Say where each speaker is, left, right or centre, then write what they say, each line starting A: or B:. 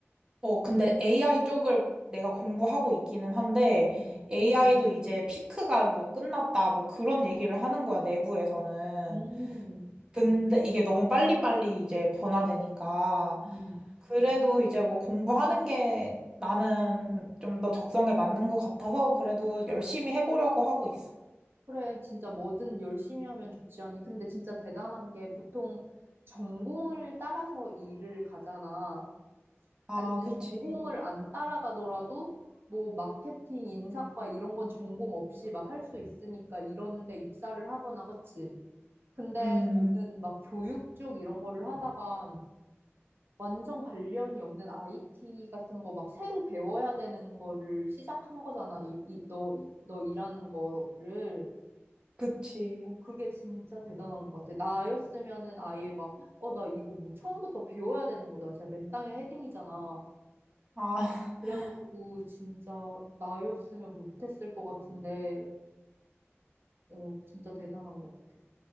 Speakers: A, on the right; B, on the right.
A: 어, 근데 AI 쪽을 내가 공부하고 있기는 한데,
B: 음,
A: AI도 이제 피크가 뭐 끝났다. 뭐 그런 얘기를 하는 거야, 내부에서는.
B: 음,
A: 근데 이게 너무 빨리빨리 이제 변화되니까
B: 음.
A: 그래도 이제 뭐 공부하는 게 나는 좀 더 적성에 맞는 것 같아서 그래도 열심히 해보려고 하고 있어.
B: 그래, 진짜 뭐든 열심히 하면 좋지 않니? 근데 진짜 대단한 게 보통 전공을 따라서 일을 가잖아.
A: 아,
B: 아니, 근데
A: 그치.
B: 전공을 안 따라가더라도 뭐 마케팅, 인사과 이런 건 전공 없이 막 할 수 있으니까 이런 데 입사를 하거나, 그치? 근데
A: 음,
B: 너는 막 교육 쪽 이런 거를 하다가 완전 관련이 없는 IT 같은 거 막 새로 배워야 되는 거를 시작한 거잖아. 이, 이, 너, 너 일하는 거를.
A: 그치.
B: 어, 그게 진짜 대단한 것 같아. 나였으면은 아예 막, 어, 나 이거 뭐 처음부터 배워야 되는 거잖아. 진짜 맨 땅에 헤딩이잖아.
A: 아,
B: 그래가지고
A: <laughs>
B: 진짜 나였으면 못했을 것 같은데, 어, 진짜 대단한 것 같아.